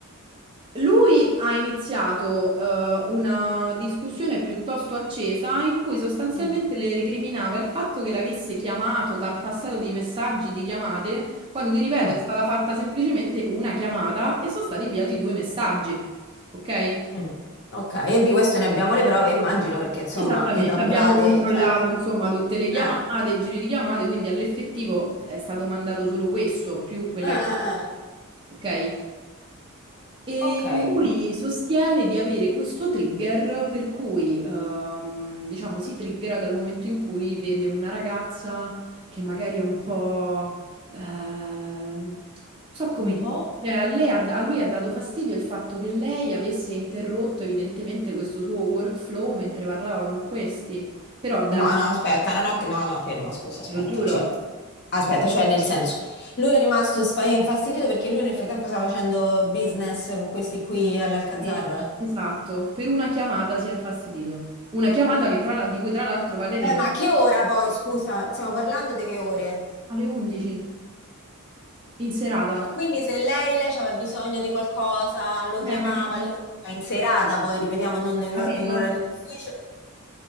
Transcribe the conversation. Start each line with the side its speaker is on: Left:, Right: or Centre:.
Right: lui ha iniziato eh, una discussione piuttosto accesa in cui sostanzialmente
Left: Mm.
Right: le recriminava il fatto che l'avesse chiamato, tartassato di messaggi, di chiamate, quando ti ripeto
Left: Mm,
Right: è stata fatta semplicemente una chiamata e sono stati inviati due messaggi. Ok?
Left: mm. Ok, e di questo ne abbiamo le prove, immagino, perché insomma,
Right: Esattamente,
Left: i tabulati,
Right: abbiamo controllato
Left: cioè,
Right: insomma tutte le chiamate,
Left: eh,
Right: i giri di chiamate, quindi all'effettivo è stato mandato solo questo più quella
Left: eh,
Right: chiamata.
Left: eh, eh.
Right: Ok? E
Left: Ok,
Right: lui sostiene di avere questo trigger per cui, ehm, diciamo, si triggera dal momento in cui vede una ragazza che magari è un po'... ehm, non so come
Left: un po'.
Right: dire, cioè, a lei ha- a lui ha dato fastidio il fatto che lei avesse interrotto evidentemente questo suo workflow mentre parlava con questi, però da
Left: No,
Right: lì,
Left: no, aspetta, no, no, no, no, ferma, scusa, aspetta,
Right: lo giuro,
Left: cioè, aspetta, cioè, nel senso, lui è rimasto sfa- infastidito perché lui nel frattempo sta facendo business con questi qui all'Alcazar.
Right: sì, esatto, per una chiamata si è infastidito. Una chiamata che tra la- di cui tra l'altro Valeria
Left: Eh,
Right: non...
Left: ma a che ora poi, scusa, stiamo parlando di che ore?
Right: alle 11. in serata.
Left: Cioè, quindi se lei, lei aveva bisogno di qualcosa, lo
Right: Eh,
Left: chiamava,
Right: capito,
Left: alle ore- ma in serata poi, ripetiamo, non in,
Right: capito?
Left: or- in orario d'ufficio.